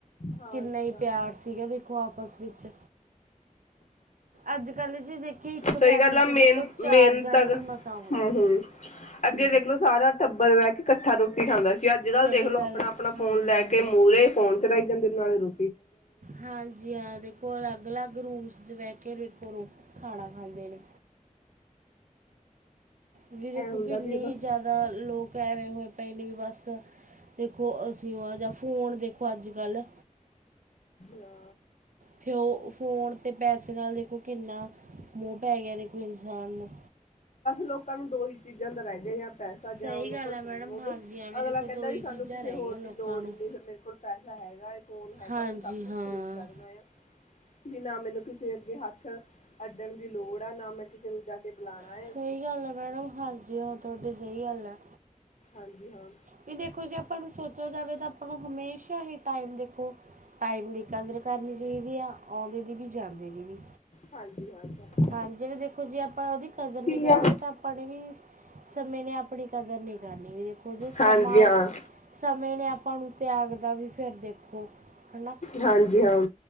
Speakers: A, on the left (about 60°); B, on the right (about 70°).
A: ਹਾਂਜੀ
B: ਕਿੰਨਾ ਹੀ
A: ਹਾਂ
B: ਪਿਆਰ ਸੀਗਾ, ਦੇਖੋ ਆਪਸ ਵਿੱਚ ਅੱਜ ਕੱਲ੍ਹ ਜੀ ਦੇਖੀਏ ਇੱਕ ਫੈਮਿਲੀ
A: ਸਹੀ ਗੱਲ ਆ
B: ਚ,
A: ਮੇਨ
B: ਦੇਖੋ ਚਾਰ
A: ਮੇਨ
B: ਜਣੇ
A: ਤੱਕ
B: ਵੀ ਮਸਾਂ ਹੋਣਗੇ
A: ਹੂੰ ਹੂੰ ਅੱਗੇ
B: ਹਾਂਜੀ
A: ਦੇਖਲੋ ਸਾਰਾ ਟੱਬਰ ਬਹਿ ਕੇ ਇਕੱਠਾ ਰੋਟੀ ਖਾਂਦਾ ਸੀ, ਅੱਜ
B: ਸਹੀ
A: ਕੱਲ੍ਹ ਦੇਖਲੋ
B: ਗੱਲ
A: ਆਪਣਾ
B: ਹੈ,
A: ਆਪਣਾ
B: ਹਾਂਜੀ
A: ਫੋਨ ਲੈ
B: ਹਾਂ
A: ਕੇ ਮ ਫੋਨ ਚਲਾਈ ਜਾਂਦੇ ਨਾਲੇ ਰੋ
B: ਹਾਂਜੀ ਹਾਂ, ਦੇਖੋ ਅਲੱਗ-ਅਲੱਗ ਰੂਮਸ ਚ ਬੈਠ ਫਿਰ ਇੱਕ ਰੋ ਖਾਣਾ ਖਾਂਦੇ ਨੇ ਵੀ ਦੇਖੋ,
A: ਐ ਹੁੰਦਾ
B: ਕਿੰਨੇ
A: ਵੀ ਬਸ
B: ਜ਼ਿਆਦਾ ਲੋਕ ਕਿ ਐਵੇਂ ਹੋਏ ਪਏ ਨੇ, ਵੀ ਬਸ ਦੇਖੋ ਅਸੀਂ ਉਹ ਜਾਂ ਫੋਨ ਦੇਖੋ ਅੱਜ ਕੱਲ੍ਹ
A: ਯਾ
B: ਫ ਫੋਨ ਤੇ ਪੈਸੇ ਨਾਲ ਦੇਖੋ ਕਿੰਨਾ ਮੋਹ ਪੈ ਗਿਆ, ਦੇਖੋ ਇਨਸਾਨ ਨੂੰ
A: ਲੋਕਾਂ, ਨੂੰ ਦੋ ਹੀ ਚੀਜ਼ਾਂ ਦਾ ਰਹਿ ਗਏ ਹ ਪੈਸਾ
B: ਸਹੀ
A: ਜਾਂ ਉਹਨਾਂ
B: ਗੱਲ
A: ਕੋਲ
B: ਹੈ ਮੈਡਮ
A: ਫੋਨ ਹੋਵੇ,
B: ਹਾਂਜੀ ਐਵੇਂ
A: ਅਗਲਾ
B: ਦੇਖੋ
A: ਕਹਿੰਦਾ
B: ਦੋ ਹੀ
A: ਵੀ ਸਾਨੂੰ
B: ਚੀਜ਼ਾਂ
A: ਕਿਸੇ
B: ਰਹਿ
A: ਹੋਰ
B: ਗਈਆਂ ਲੋਕਾਂ
A: ਦੀ ਲੋੜ
B: ਨੂੰ
A: ਹੀ ਨਹੀਂ ਫਿਰ ਮੇਰੇ ਕੋਲ ਪੈਸਾ ਹੈਗਾ ਇਹ ਫੋਨ ਹੈਗਾ,
B: ਹਾਂਜੀ
A: ਮੈਂ ਸਭ ਕੁਛ
B: ਹਾਂ
A: ਖ਼ਰੀਦ ਸਕਦਾ ਆ, ਵੀ ਨਾ ਮੈਨੂੰ ਕਿਸੇ ਅੱਗੇ ਹੱਥ ਅੱਡਣ ਦੀ ਲੋੜ ਆ, ਨਾ ਮੈਂ ਕਿਸੇ ਨੂੰ ਜਾ ਕੇ ਬੁਲਾਣਾ
B: ਸਹੀ
A: ਹੈ
B: ਗੱਲ ਹੈ ਮੈਡਮ ਹਾਂਜੀ ਹ ਤੁਹਾਡੀ ਸਹੀ ਗੱਲ ਹੈ।
A: ਹਾਂਜੀ ਹਾਂ।
B: ਵੀ ਦੇਖੋ ਜੇ ਆਪਾਂ ਨੂੰ ਸੋਚਿਆ ਜਾਵੇ ਤਾਂ ਆਪਾਂ ਨੂੰ ਹਮੇਸ਼ਾ ਹੀ ਟਾਈਮ ਦੇਖੋ ਟਾਈਮ ਦੀ ਕਦਰ ਕਰਨੀ ਚਾਹੀਦੀ ਆ ਆਉਂਦੇ ਦੀ ਵੀ ਜਾਂਦੇ ਦੀ ਵੀ।
A: ਹਾਂਜੀ। ਹਾਂ
B: ਹਾਂਜੀ ਵੀ ਦੇਖੋ ਜੇ ਆਪਾਂ ਉਹਦੀ ਕਦਰ ਨੀ
A: ਠੀਕ
B: ਕਰਾਂਗੇ
A: ਆ
B: ਤਾਂ ਆਪਾਂ ਨੇ ਵੀ ਸਮੇਂ ਨੇ ਆਪਣੀ ਕਦਰ ਨਹੀਂ ਕਰਨੀ, ਵੀ ਦੇਖੋ ਜੇ ਸਮਾਂ
A: ਹਾਂਜੀ ਹਾਂ
B: ਸਮੇਂ ਨੇ ਆਪਾਂ ਨੂੰ ਤਿਆਗ ਦਾ ਵੀ ਫਿਰ ਦੇਖੋ। ਹਨਾ
A: ਹਾਂਜੀ ਹਾਂ,